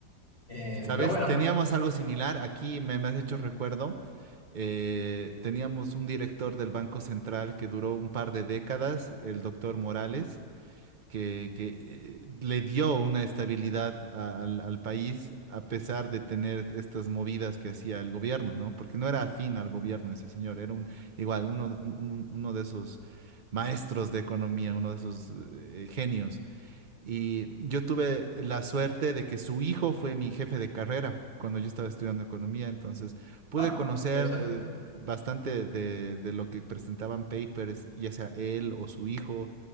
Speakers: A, on the left (about 35°); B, on the right (about 60°).
A: Eh,
B: ¿sabes?
A: pero bueno,
B: Teníamos algo similar. Aquí me, me has hecho recuerdo. eh, teníamos un director del Banco Central que duró un par de décadas, el doctor Morales que, que, eh, le dio una estabilidad a- al, al país a pesar de tener estas movidas que hacía el gobierno, ¿no? Porque no era afín al gobierno ese señor, era un igual, uno, un- un- uno de esos maestros de economía, uno de esos eh, genios. Y yo tuve la suerte de que su hijo fue mi jefe de carrera cuando yo estaba estudiando economía, entonces pude
A: ah,
B: conocer...
A: interesante.
B: eh, Bastante de, de lo que presentaban papers, ya sea él o su hijo,